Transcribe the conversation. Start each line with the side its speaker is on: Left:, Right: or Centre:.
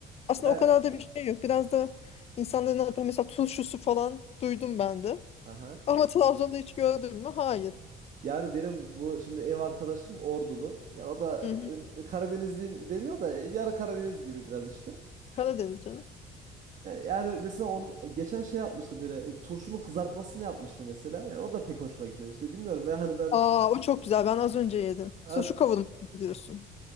Left: aslında
Right: Ya,
Left: o kadar da bir şey yok biraz da insanların ne yapıyor mesela turşusu falan duydum ben de
Right: aha.
Left: ama <laughs> Trabzon'da hiç gördün mü? Hayır.
Right: Yani benim bu şimdi ev arkadaşım Ordulu. Ya o da
Left: Hı hı.
Right: e, Karadenizliyim demiyor da e, yarı Karadeniz gibi biraz işte.
Left: Karadeniz canım.
Right: Yani mesela on geçen şey yapmıştı böyle e, turşunun kızartmasını yapmıştı mesela. Yani o da pek hoşuma gitmemişti. Bilmiyorum ve hani ben
Left: Aa o çok güzel. Ben az önce yedim.
Right: ha,
Left: Şu kavurma diyorsun.